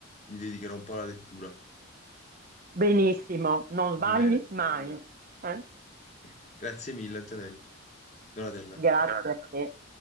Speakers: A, on the left; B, on the right.
A: mi dedicherò un po' alla lettura.
B: Benissimo, non
A: Va
B: sbagli
A: bene.
B: mai. Eh?
A: <laughs> Grazie mille, Antonella. Donatella.
B: Grazie a te.